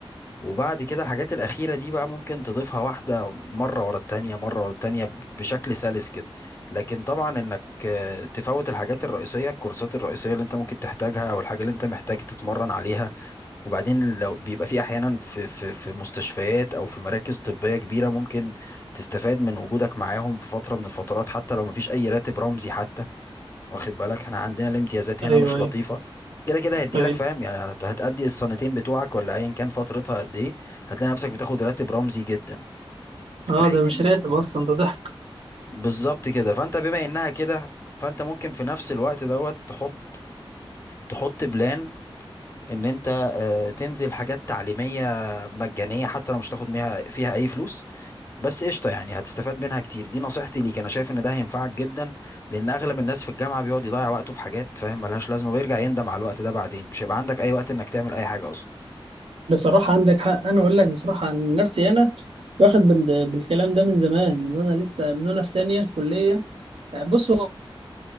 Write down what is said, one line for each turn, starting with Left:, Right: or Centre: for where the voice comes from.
Left: وبعد كده الحاجات الأخيرة دي بقى ممكن تضيفها واحدة مرة ورا التانية مرة ورا التانية بشكل سلس كده لكن طبعا انك آه، تفوت الحاجات الرئيسية الكورسات الرئيسية اللي انت ممكن تحتاجها او الحاجة اللي انت محتاج تتمرن عليها وبعدين لو بيبقى في احيانا في في في مستشفيات او في مراكز طبية كبيرة ممكن تستفاد من وجودك معاهم في فترة من الفترات حتى لو مفيش اي راتب رمزي حتى واخد بالك احنا عندنا الامتيازات
Right: ايوه
Left: هنا مش
Right: ايوه
Left: لطيفة كده كده هدي
Right: ايوه
Left: لك فاهم يعني هت- هتأدي السنتين بتوعك ولا ايا كان فترتها قد ايه هتلاقي نفسك بتاخد راتب رمزي جدا
Right: اه
Left: في حين
Right: ده مش
Left: إن-
Right: راتب اصلا ده ضحك
Left: بالظبط كده فانت بما انها كده فانت ممكن في نفس الوقت دوت تحط تحط بلان ان انت آه، تنزل حاجات تعليمية مجانية حتى لو مش تاخد فيها فيها اي فلوس بس قشطة يعني هتستفاد منها كتير دي نصيحتي ليك انا شايف ان ده هينفعك جدا لان اغلب الناس في الجامعة بيقعد يضيع وقته في حاجات فاهم ملهاش لازمة ويرجع يندم على الوقت ده بعدين مش هيبقى عندك اي وقت انك تعمل اي حاجة اصلا
Right: بصراحة عندك حق أنا أقول لك بصراحة عن نفسي أنا واخد بال- بالكلام ده من زمان من وأنا لسه من وأنا في تانية كلية بص هو